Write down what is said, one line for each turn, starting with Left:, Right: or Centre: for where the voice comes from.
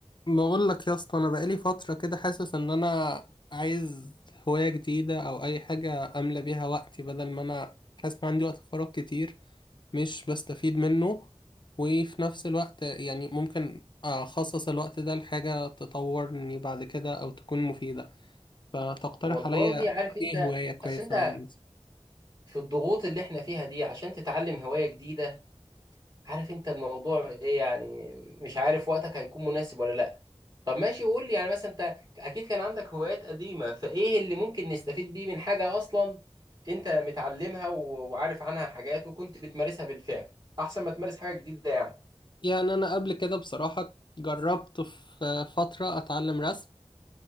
Left: بقول لك يا اسطى انا بقالي فتره كده حاسس ان انا عايز هوايه جديده او اي حاجه املى بيها وقتي بدل ما انا حاسس ان عندي وقت فراغ كتير مش بستفيد منه وفي نفس الوقت يعني ممكن اخصص الوقت ده لحاجه تطورني بعد كده او تكون مفيده فتقترح
Right: والله
Left: عليا
Right: عارف انت
Left: ايه هوايه كويسه
Right: اصل انت
Left: يعني
Right: في الضغوط اللي احنا فيها دي عشان تتعلم هواية جديدة عارف انت الموضوع ايه يعني مش عارف وقتك هيكون مناسب ولا لا طب ماشي قول لي يعني مثلا انت اكيد كان عندك هوايات قديمة فايه اللي ممكن نستفيد بيه من حاجة اصلا انت متعلمها و- وعارف عنها حاجات وكنت بتمارسها بالفعل احسن ما تمارس حاجة جديدة يعني
Left: يعني انا قبل كده بصراحه جربت في فتره اتعلم رسم